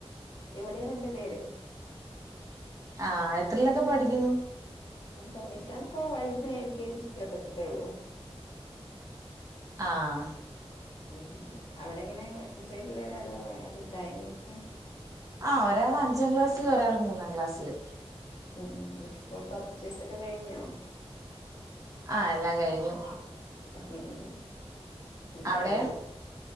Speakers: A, on the left; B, on the right.
A: ഇവിടെയും രണ്ടു പേര്
B: ആഹ് എത്രിലൊക്കെ പഠിക്കുന്നു,
A: ആഹ് പഠിക്കാൻ ഇപ്പോ വലുതിനെ എൽ കെ ജി ചേർത്തിട്ടേയുള്ളൂ
B: ആഹ്
A: ഉം അവിടെ എങ്ങനെ ഇത്രയും പിള്ളേര് അതോ വാ <unintelligible> ലും ഇതാ എങ്ങനെയൊക്കെയോ <unintelligible>
B: ആഹ് ഒരാള് അഞ്ചാം ക്ലാസ്സിലും ഒരാള് മൂന്നാം ക്ലാസ്സിലും
A: ഉം സ്കൂൾ പർച്ചേസൊക്കെ കഴിഞ്ഞോ
B: ആ എല്ലാം കഴിഞ്ഞു
A: ഉം ഉം ഒക്കെ
B: അവിടെയോ
A: റെഡിയായി